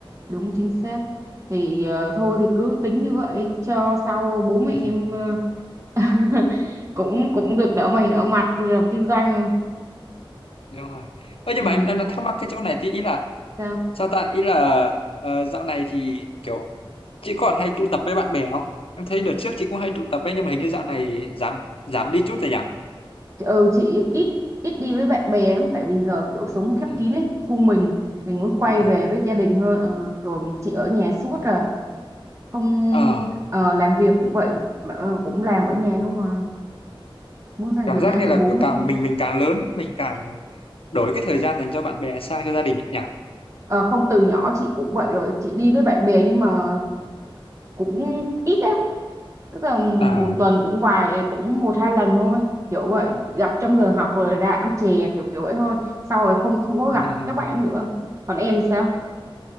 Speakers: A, on the right; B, on the left.
A: đúng chính xác thì ờ, thôi thì cứ tính như vậy cho sau bố mẹ
B: <laughs>
A: em ờ, <laughs> cũng cũng được đỡ mày đỡ mặt rồi làm kinh doanh
B: đúng rồi Ơ, nhưng
A: ừ,
B: mà em em đang thắc mắc cái chỗ này tí ý là
A: sao
B: sao ta ý là ờ, dạo này thì kiểu chị còn hay tụ tập với bạn bè không em thấy đợt trước chị cũng hay tụ tập ấy nhưng mà hình như dạo này giảm giảm đi chút rồi
A: ừ chị ít ít đi với bạn bè lắm tại vì giờ kiểu sống khép
B: nhỉ
A: kín ấy thu mình mình muốn quay
B: đúng rồi
A: về với gia đình hơn ờ, rồi chị ở nhà suốt à không
B: ờ
A: ờ, làm việc cũng vậy ờ, cũng làm ở nhà không à muốn dành
B: cảm
A: thời
B: giác
A: gian
B: như
A: cho
B: là
A: bố
B: kiểu
A: mẹ
B: càng mình mình càng lớn mình càng đổi cái thời gian dành cho bạn bè sang cho gia đình ấy nhỉ
A: Ờ, không từ nhỏ chị cũng vậy rồi chị đi với bạn bè nhưng mà cũng ít á tức là một
B: à
A: tuần cũng vài cũng một hai lần thôi kiểu vậy gặp trong giờ học rồi ra ăn chè kiểu kiểu vậy thôi sau rồi không không có
B: <laughs>
A: gặp các bạn nữa còn em sao